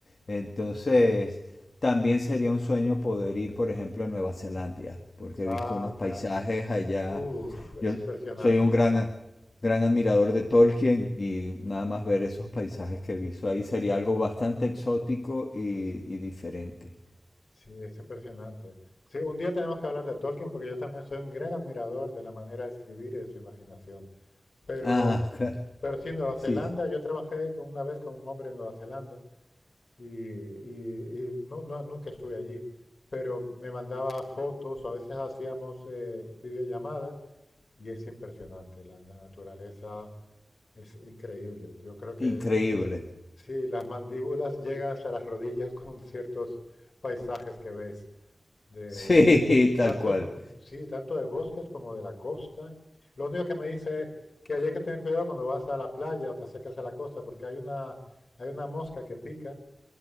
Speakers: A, on the left (about 60°); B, on the left (about 75°).
A: Entonces, también sería un sueño poder ir, por ejemplo, a Nueva Zelanda, porque
B: Ah,
A: he visto unos paisajes
B: claro.
A: allá.
B: Uf, es
A: Yo
B: impresionante.
A: soy un gran, gran admirador de Tolkien y nada más ver esos paisajes que he visto ahí sería algo bastante exótico y, y diferente.
B: Sí, es impresionante. Sí, un día tenemos que hablar de Tolkien porque yo también soy un gran admirador de la manera de escribir y de su imaginación. Pero,
A: Ah, <laughs> claro,
B: pero sí, Nueva Zelanda,
A: sí,
B: yo trabajé con, una vez con un hombre en Nueva Zelanda y, y- y no, no, nunca estuve allí, pero me mandaba fotos o a veces hacíamos eh, videollamadas y es impresionante, la, la naturaleza es increíble. Yo creo que
A: increíble.
B: sí, las mandíbulas llegan hasta las rodillas con ciertos paisajes que ves, de,
A: <laughs> Sí, tal
B: tanto,
A: cual.
B: mm, sí, tanto de bosques como de la costa. Lo único que me dice que hay que tener cuidado cuando vas a la playa o te acercas a la costa porque hay una, hay una mosca que pica